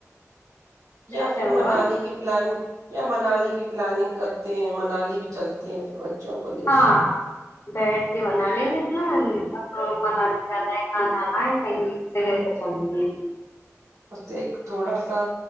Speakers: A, on the right; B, on the left.
A: یا
B: کیا
A: پھر
B: ہوا
A: منالی کی پلاننگ یا منالی کی پلاننگ کر ہیں منالی بھی چلتی ہیں پھر ب چو کو لے
B: ہاں
A: کے
B: بیٹھ کے بنا لیں گے اتنا بنا جانا ہے کہاں جانا ہے جگہ سے چلتی ہیں
A: اس سے ایک تھوڑا سا